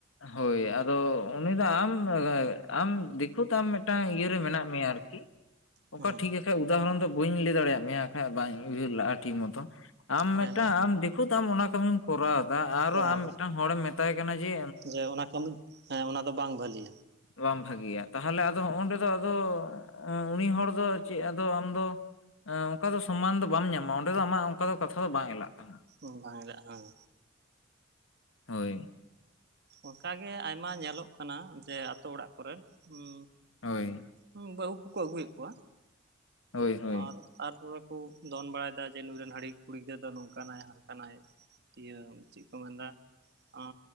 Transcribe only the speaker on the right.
ᱦᱩᱸ
ᱦᱮᱸ
ᱠᱚᱨᱟᱣ
ᱫᱟ
ᱡᱮ ᱚᱱᱟ ᱠᱟᱹᱢᱤ, ᱦᱮᱸ ᱚᱱᱟ ᱫᱚ ᱵᱟᱝ ᱵᱷᱟᱹᱞᱤᱭᱟ᱾
ᱚ ᱵᱟᱝ ᱮᱞᱟᱜ-ᱟ ᱦᱮᱸ᱾
ᱚᱱᱠᱟ ᱜᱮ ᱟᱭᱢᱟ ᱧᱮᱞᱚᱜ ᱠᱟᱱᱟ ᱡᱮ ᱟᱛᱳ ᱚᱲᱟᱜ ᱠᱚᱨᱮᱫ ᱩᱸᱼᱼ
ᱩᱢ ᱵᱟᱹᱦᱩ ᱠᱩ ᱠᱚ ᱟᱹᱜᱩᱭᱮᱜ ᱠᱚᱣᱟ᱾
ᱟᱨ ᱛᱟᱨᱯᱚᱨᱮ ᱠᱩ ᱫᱚᱱ ᱵᱟᱲᱟᱭ ᱫᱟ ᱡᱮ ᱱᱩᱭ ᱨᱮᱱ ᱦᱟᱺᱰᱤ ᱠᱩᱲᱤ ᱜᱤᱫᱽᱨᱟᱹ ᱫᱚ ᱱᱚᱝᱠᱟ ᱱᱟᱭ ᱦᱟᱱᱠᱟ ᱱᱟᱭ᱾ ᱤᱭᱟᱹ ᱪᱮᱫ ᱠᱚ ᱢᱮᱱ ᱫᱟ ᱚᱸᱼᱼ